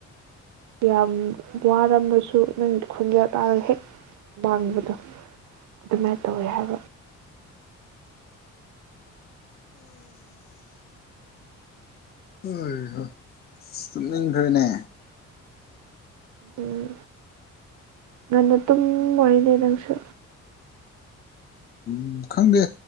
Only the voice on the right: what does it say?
ꯌꯥꯝ ꯋꯥꯔꯝꯃꯁꯨ ꯅꯪ ꯈꯣꯟꯖꯦꯜ ꯇꯥꯔꯒ ꯍꯦꯛ ꯃꯡꯕꯗꯣ ꯑꯗꯨꯃꯥꯏꯅ ꯇꯧꯋꯦ ꯍꯥꯏꯕ
ꯎꯝ ꯉꯟꯅ ꯇꯨꯝ ꯃꯣꯏꯅꯦ ꯅꯪꯁꯨ